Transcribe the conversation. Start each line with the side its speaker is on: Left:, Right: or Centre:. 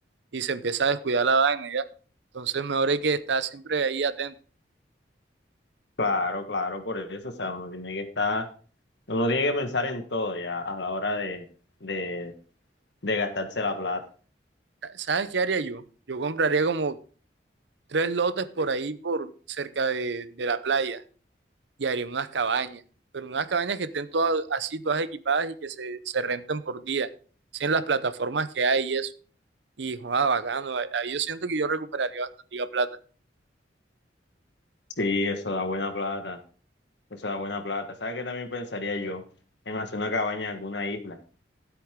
Right: y se empieza a descuidar la vaina ya. Entonces, mejor hay que estar siempre ahí atento.
Left: Claro, claro, por eso. O sea, uno tiene que estar, uno tiene que pensar en todo ya a la hora de de- de gastarse la plata.
Right: Sa- ¿Sabes qué haría yo? Yo compraría como tres lotes por ahí, por cerca de, de la playa y haría unas cabañas, pero unas cabañas que estén todas así, todas equipadas y que se, se renten por día, sin las plataformas que hay y eso. Y joda, bacano. Ahí yo siento que yo recuperaría bastante plata.
Left: Sí, eso da buena plata, eso da buena plata. ¿Sabes qué también pensaría yo? En hacer una cabaña en alguna isla.